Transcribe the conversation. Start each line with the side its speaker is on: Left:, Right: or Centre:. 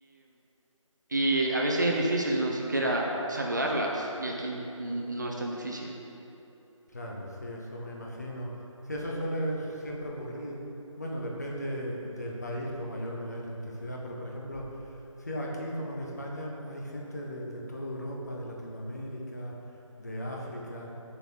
Right: Y a veces es difícil no siquiera saludarlas y aquí mm, no es tan difícil.
Left: Claro, sí, eso me imagino. Sí, eso suele siempre ocurrir. Bueno, depende del país con mayor o menor intensidad, pero por ejemplo, sí, aquí como en España hay gente de, de toda Europa, de Latinoamérica, de África.